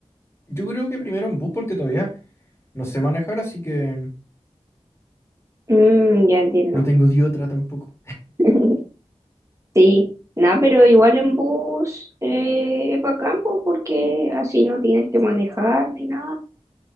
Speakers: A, on the left; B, on the right.
A: yo creo que primero en bus porque todavía no sé manejar, así que
B: Mm, ya entiendo.
A: no tengo de otra tampoco.
B: <laughs> Sí. Nada, pero igual en bus eh, es bacán po, porque así no tienes que manejar ni nada.